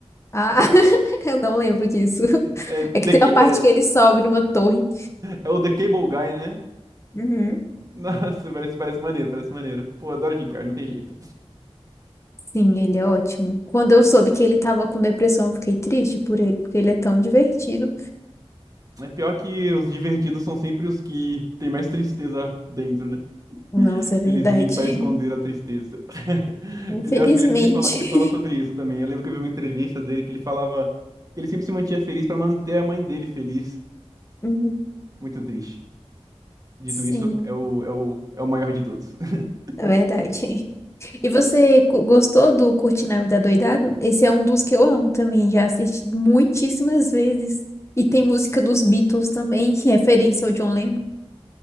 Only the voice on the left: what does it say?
Ah, <laughs> eu não lembro disso.
É
que tem uma
parte
que ele sobe numa torre.
Uhum.
Sim, ele é ótimo. Quando eu soube que ele tava com depressão, eu fiquei triste por ele, porque ele é tão divertido.
Nossa, é verdade.
<laughs> Infelizmente.
<laughs>
Uhum.
Sim,
é verdade. E você cu- gostou do Curtindo a vida Doidado? Esse é um dos que eu amo também, já assisti muitíssimas vezes. E tem música dos Beatles também, <laughs> em referência ao John Lennon.